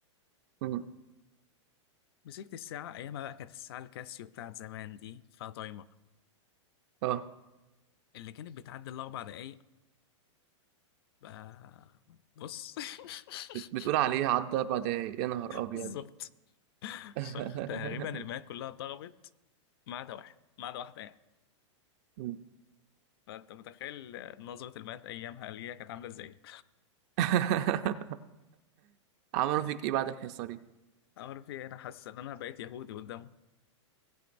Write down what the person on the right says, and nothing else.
مم.
اه
بت- بتقول عليه عدى أربع دقايق يا نهار أبيض
<laughs>
مم.
<laughs> عملوا فيك إيه بعد الحصة دي؟